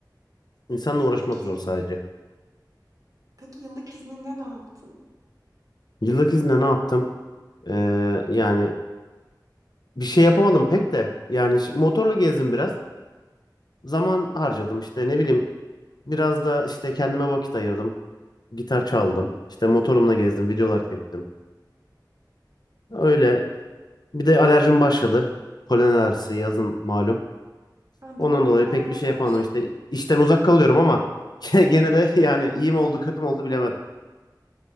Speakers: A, on the left; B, on the right.
A: İnsanla uğraşmak
B: Peki
A: zor
B: yıl
A: sadece.
B: Peki yıllık izninde ne yaptın?
A: Yıllık izinde ne yaptım? Ee, yani bir şey yapamadım pek de. Yani şi- motorla gezdim biraz. Zaman harcadım işte ne bileyim. Biraz da işte kendime vakit ayırdım. Gitar çaldım. İşte motorumla gezdim. Videolar çektim. Öyle. Bir de alerjim başladı. Polen alerjisi yazın malum.
B: Ha,
A: Ondan
B: doğru,
A: dolayı
B: her
A: pek
B: yaz
A: bir şey yapamadım
B: başlıyor.
A: işte. İşten uzak kalıyorum ama <laughs> gene de yani iyi mi oldu kötü mü oldu bilemedim.